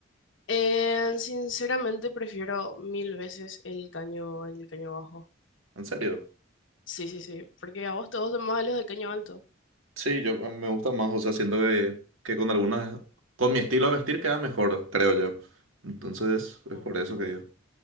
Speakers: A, on the left (about 70°); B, on the right (about 85°).
A: Eh, sinceramente prefiero mil veces el caño, el caño bajo.
B: ¿En serio?
A: Sí, sí, sí. Porque a vos te gustan más los de caño alto.
B: Sí, yo me gusta más, o sea, siento que, que con algunas, con mi estilo de vestir queda mejor, creo yo. Entonces, es
A: No,
B: por eso
A: no.
B: que digo.